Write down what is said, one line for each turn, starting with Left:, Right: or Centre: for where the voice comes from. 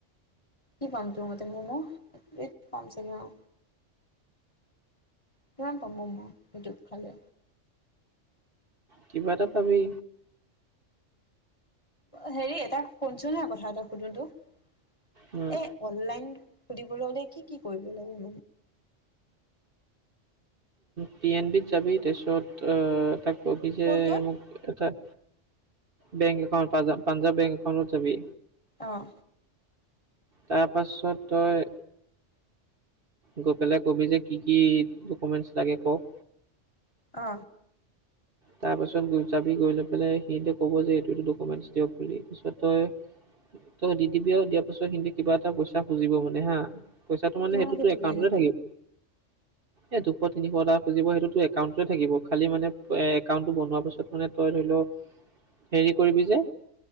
Left: কি পাম তো মতে ম'ম' এই পাম চাগে অ কিমান পাম মই সেইটো খালে
Right: কিবা এটা পাবি।
Left: হেৰি এটা শুনছো ন কথা এটা সুধো তোক
Right: উম,
Left: অনলাইন সধিবলৈ হ'লে কি কি কৰিব লাগে
Right: পি এন বি ত যাবি তাৰপিছত তাক কবি যে
Left: ক'ত ক'ত
Right: মোক এটা বেংক একাউণ্ট পাঞ্জাব বেংক একাউণ্টত যাবি
Left: অঁ
Right: তাৰপাছত তই গৈ পেলাই কবি যে কি কি ডকুমেন্টছ লাগে কওক
Left: অ
Right: তাৰ পাছত লৈ যাবি লৈ পেলাই, সিহঁতে ক'ব গৈ এইটো ডকুমেণ্টচ দিয়ক বুলি পিছতে। তই দি দিবিও দিয়াৰ পিছত, সিহঁতে কিবা এটা প ইচা খুজিব মানে হা। পইচাটো মানে
Left: কিমান
Right: সেইটোতো
Left: খুজিব
Right: একাউণ্টতে
Left: এনে
Right: থাকিব। এই দুশ তিনিশটা খুজিব সেইতো তোৰ একাউণ্টত থাকিব, খালি মানে। এ একাউণ্টটো বন্ধ হোৱাৰ পাছত মানে তই ধৰি লও, হেৰি কৰিব যে।